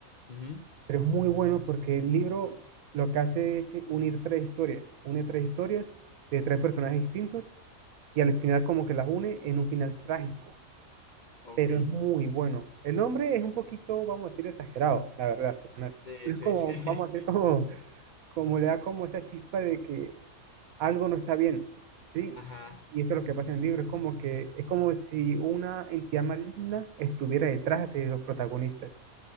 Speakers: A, on the left; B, on the right.
A: Ujú.
B: Pero es muy bueno porque el libro lo que hace es eh, unir tres historias. Une tres historias de tres personajes distintos y al final como que las une en un final trágico.
A: Ok.
B: Pero es muy bueno. El nombre es un poquito, vamos a decir, exagerado, la verdad, Satanás.
A: Sí,
B: Pero
A: sí,
B: es como,
A: sí. <laughs>
B: vamos a decir, como, como le da como esa chispa de que algo no está bien, ¿sí?
A: Ajá.
B: Y eso es lo que pasa en el libro. Es como que, es como si una entidad maligna estuviera detrás de los protagonistas.